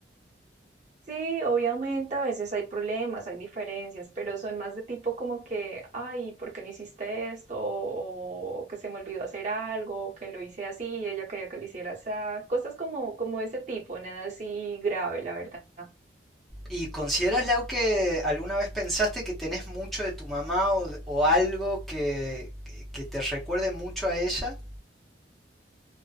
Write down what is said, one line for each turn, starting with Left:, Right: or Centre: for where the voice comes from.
Right: Sí, obviamente a veces hay problemas, hay diferencias, pero son más de tipo como que, ay, ¿por qué no hiciste esto? O, que se me olvidó hacer algo, o que lo hice así, y ella quería que lo hiciera así. Cosas como, como ese tipo, nada así grave, la verdad.
Centre: ¿Y consideras, Lau, que alguna vez pensaste que tenés mucho de tu mamá o, o algo que, que te recuerde mucho a ella?